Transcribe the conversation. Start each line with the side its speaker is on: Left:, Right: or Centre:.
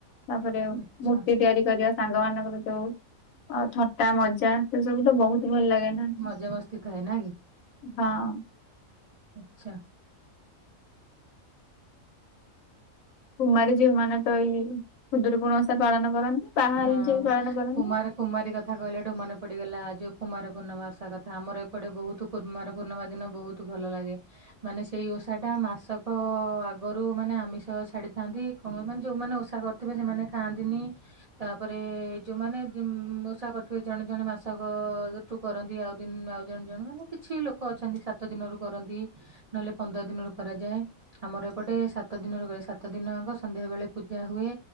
Left: ତାପରେ
Right: ଆଚ୍ଛା
Left: ମୂର୍ତ୍ତି ତିଆରି କରିବା। ସାଙ୍ଗ ମାନଙ୍କର ଯୋଉ ଥଟା ମଜା ସେ ସବୁ ତ ବହୁତ ଭଲ ଲାଗେ। ନା
Right: ମଜା ମସ୍ତି ଥାଏ ନା କି?
Left: ହଁ।
Right: ଆଛା।
Left: କୁମାରୀ ଯେଉଁମାନେ ତ ଏଇ ଖୁଦୁରୁକୁଣୀ ଓଷା ପାଳନ କରନ୍ତି ପାହାଲ
Right: ହଁ
Left: ଜିି ପାଳନ କରନ୍ତି।
Right: କୁମାର କୁମାରୀ କଥା କହିଲାଠୁ ମନେ ପଡିଗଲା ଆଜି ଉପମାର ପୂର୍ଣ୍ଣମା ଓଷା କଥା ଆମର ଏପଟେ ବହୁତ କୁମାର ପୂର୍ଣ୍ଣିମା ଦିନ ବହୁତ ଭଲ ଲାଗେ। ମାନେ ସେଇ ଓଷା ଟା ମାସକ ଆଗରୁ ମାନେ ଆମିଷ ଛାଡିଥାନ୍ତି କଣ ମାନେ ଯୋଉମାନେ ଓ ଷା କରିଥିବେ ସେମାନେ ଖାଆନ୍ତିନି। ତାପରେ ଯୋଉମାନେ ଓଷା କରୁଥିବେ ଜଣେ ଜଣେ ମାସକ କରନ୍ତି ଆଉ ଦିନ ଆଉ ଜଣ ଜଣ ମାନେ କିଛି ଲୋକ ଅଛନ୍ତି ସାତ ଦିନରୁ କରନ୍ତି। ନହେଲେ ପନ୍ଦର ଦିନରୁ କରାଯାଏ। ଆମର ଏପଟେ ସାତ ଦିନରୁ କ ସାତ ଦିନ ଆଗ ସନ୍ଧ୍ୟା ବେଳେ ପୁ ଯା ହୁଏ